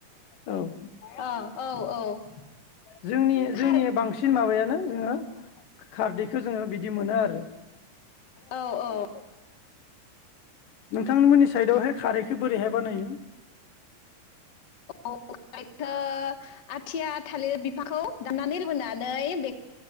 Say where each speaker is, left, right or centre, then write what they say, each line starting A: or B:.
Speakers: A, on the left (about 80°); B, on the left (about 40°).
A: औ
B: औ औ औ
A: <unintelligible> जोंनि
B: खार
A: जोंनि बांसिन माबायानो नोंङो खारदैखो जोङो बिदि मोनो आरो।
B: औ औ
A: नोंथांमोननि सायदावहाय खारैखौ बोरैहाय बानायो।
B: औ। खो आथिया थालिर बिफाखौ दाननानै लाबोनानै बे